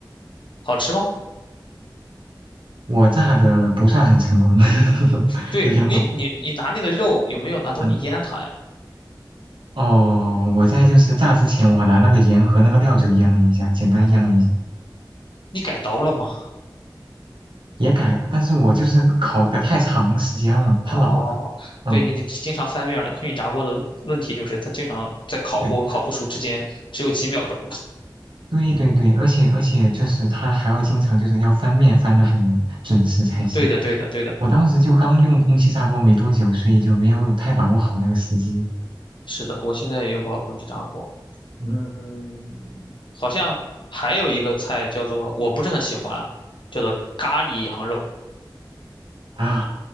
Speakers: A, on the left; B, on the right.
A: 好吃吗？
B: 我炸的不算很成功，<laughs>
A: 对你你你拿那个肉有没有拿东西腌它呀？
B: 有点老。嗯，哦，我在就是炸之前，我拿那个盐和那个料酒腌了一下，简单腌了一下，
A: 你改刀了吗？
B: 也改了，但是我就是烤的太长时间了，太老了。
A: 哦，
B: 嗯。
A: 对，你得经常翻面儿那空气炸锅的问题就是它经常在烤糊和烤不熟之间只有几秒钟。
B: 对对对对，而且而且就是他还要经常就是要翻面翻的很准时才行。
A: 对的，对的，对的，
B: 我当时就刚用空气炸锅没多久，所以就没有太把握好那个时机。
A: 是的，我现在也用不好空气炸锅。
B: 嗯
A: 嗯，好像还有一个菜叫做，我不是很喜欢，啊，叫做咖喱羊肉。
B: 啊，